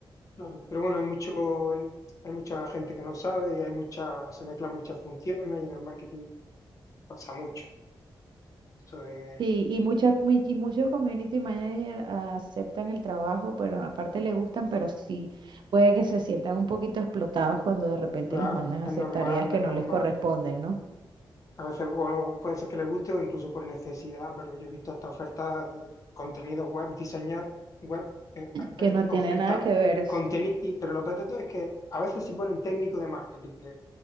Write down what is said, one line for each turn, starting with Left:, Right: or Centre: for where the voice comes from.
Left: Claro. Pero bueno, hay mucho, hay mucha gente que no sabe y hay mucha, se mezclan muchas funciones y en el marketing pasa mucho. Eso de,
Right: Sí, y muchas mu- y muchos community managers aceptan el trabajo, pero aparte le gustan, pero sí puede que se sientan un poquito explotados cuando de repente
Left: claro,
Right: los mandan a
Left: es
Right: hacer
Left: normal,
Right: tareas que
Left: es
Right: no
Left: normal.
Right: les corresponden, ¿no?
Left: A veces o no, puede ser que le guste o incluso por necesidad, pero yo he visto hasta ofertas de contenido web, diseñar web, eh, eh,
Right: Que
Left: eh,
Right: no
Left: oferta,
Right: tiene nada que ver. es-
Left: contenido, pero lo peor de todo es que a veces sí ponen técnico de marketing, que,